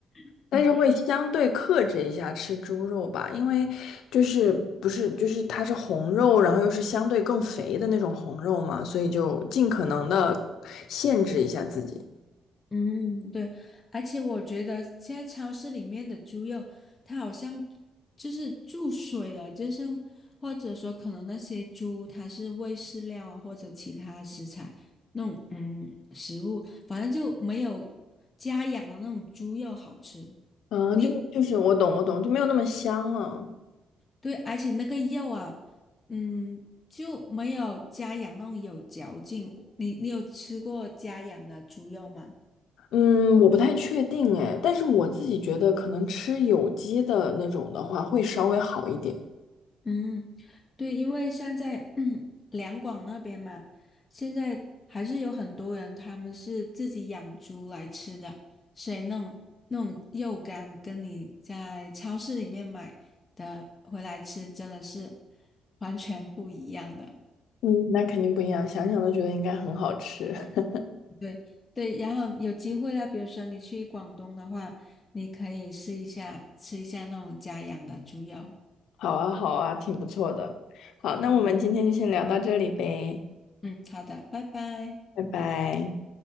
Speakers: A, on the left (about 25°); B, on the left (about 75°).
A: <laughs>
B: 但是会相对克制一下吃猪肉吧，
A: 嗯
B: 因为就是不是就是它是红肉，然后又是相对更肥的那种红肉嘛，所以就尽可能的限制一下自己。
A: 嗯，对，而且我觉得现在超市里面的猪肉，它好像就是注水了，就是或者说可能那些猪它是喂饲料啊，或者其他食材那种嗯食物，反正就没有家养的那种猪肉好吃。
B: 嗯，
A: 你
B: 就就是我懂我懂，就没有那么香了。
A: 对，而且那个肉啊，嗯，就没有家养那种有嚼劲。你你有吃过家养的猪肉吗？
B: 嗯，我不太确定哎，但是我自己觉得可能吃有机的那种的话会稍微好一点。
A: 嗯，对，因为现在 <clears throat> 嗯两广那边嘛，现在还是有很多人他们是自己养猪来吃的，所以那种那种肉干跟你在超市里面买的回来吃真的是完全不一样的。
B: 嗯，那肯定不一样，想想都觉得应该很好吃。<laughs>
A: 对对，然后有机会啊，比如说你去广东的话，你可以试一下吃一下那种家养的猪肉。
B: 好啊好啊，挺不错的。好，那我们今天就先聊到这里呗，
A: 嗯嗯，好的，拜拜。
B: 拜拜。